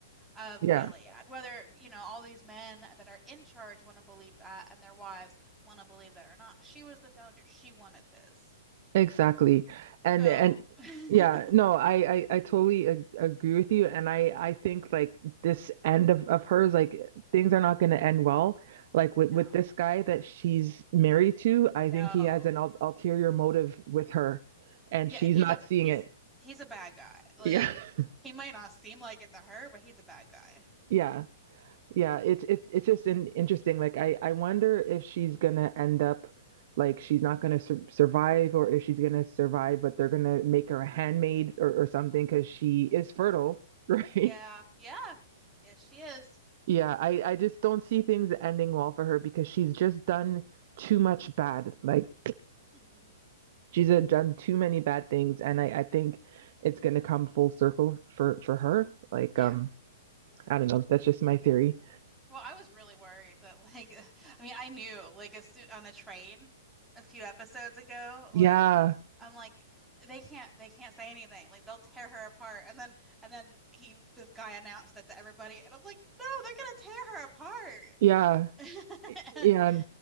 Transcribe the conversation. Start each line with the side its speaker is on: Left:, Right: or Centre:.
Centre: of
Right: Yeah.
Centre: Gilead. Whether, you know, all these men that are in charge want to believe that and their wives want to believe that or not, she was the founder. She wanted this.
Right: Exactly. And
Centre: So,
Right: and
Centre: <laughs>
Right: yeah, no, I I, I totally ag agree with you and I I think like this end of of hers like things are not going to end well. Like with
Centre: no.
Right: with this guy that she's married to, I think
Centre: No.
Right: he has an ul ulterior motive with her and
Centre: Yeah,
Right: she's
Centre: and he's
Right: not
Centre: a
Right: seeing
Centre: he's
Right: it.
Centre: he's a bad guy. Like
Right: Yeah. <laughs>
Centre: he might not seem like it to her, but he's a bad guy.
Right: Yeah. Yeah, it's it, it's just an interesting. Like I I wonder if she's gonna end up like she's not gonna sur survive, or if she's gonna survive, but they're gonna make her a handmaid or or something because she is fertile,
Centre: Oh my God.
Right: <laughs> right?
Centre: Yeah, yeah. Yes, she is.
Right: Yeah, I I just don't see things ending well for her because she's just done too much bad. Like
Centre: hmm
Right: she's uh, done too many bad things, and I I think it's gonna come full circle for for her. Like
Centre: Yeah.
Right: um I don't know, that's just my theory.
Centre: Well, I was really worried that like <laughs> I mean, I knew like as soon on the train a few episodes ago,
Right: Yeah,
Centre: like I'm like they can't they can't say anything. Like they'll tear her apart. And then and then he this guy announced that to everybody and I'm like, "No, they're gonna tear her apart."
Right: yeah,
Centre: <laughs>
Right: yeah.